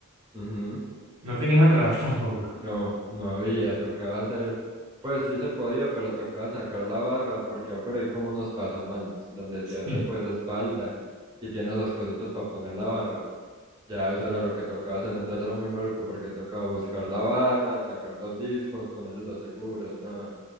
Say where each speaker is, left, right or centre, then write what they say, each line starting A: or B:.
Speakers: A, on the right; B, on the right.
A: Ujú.
B: No tenían rack <laughs> tampoco.
A: No, no había, tocaba hacer, pues sí se podía, pero tocaba sacar la barra porque afuera hay como unos pasamanos donde
B: Sí,
A: se hace pues espalda y tiene los cositos para poner la barra. Ya eso
B: sí,
A: era lo que tocaba hacer, entonces era muy maluco porque tocaba buscar la barra, sacar los discos, ponerle los seguros, nada.